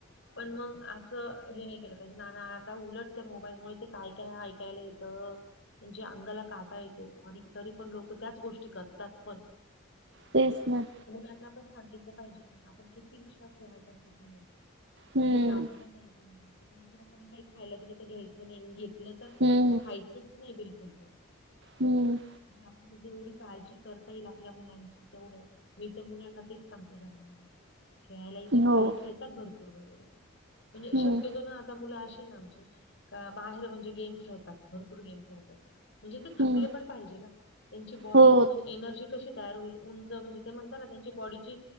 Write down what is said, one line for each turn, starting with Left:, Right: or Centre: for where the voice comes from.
Left: पण मग असं हे नाही केलं पाहिजे ना, ना आता उलट त्या मोबाईल मुळे काय काय ऐकायला येतं म्हणजे अंगाला काटा येतो आणि तरी पण लोक त्याच गोष्टी करतात पण.
Right: तेच ना.
Left: मुलांना पण सांगितलं पाहिजे. आपण किती विश्वास ठेवायचा? अन् किती नाही?
Right: हम्म
Left: तिथे जाऊन पण द्यायचं नाही किंवा कोणी काही खायला दिलं तर घ्यायचं नाहीे अन् घे तल तर
Right: हम्म
Left: खायचंच नाही बिलकुल तर
Right: हम्म.
Left: म्हणजे आपल्या जेवढी काळजी करता येईल आपल्या मुलांची, तेवढं मी तर मुलांना तेच सांगते घरामध्ये खेळायला इथे खाली
Right: हो.
Left: खेळतात भरपूर वगैरे म्हणजे
Right: हम्म
Left: शब्य ना आता मुलं अशे ना आमचे का बाहेर म्हणजे गेम खेळतात, भरपूर गेम खेळतात. म्हणजे ते थकले
Right: हम्म
Left: पण पाहिजे ना. त्यांची बॉडी
Right: हो
Left: एनर्जी कशी तयार होईल. उंच म्हणजे ते म्हणताना त्यांची बॉडीची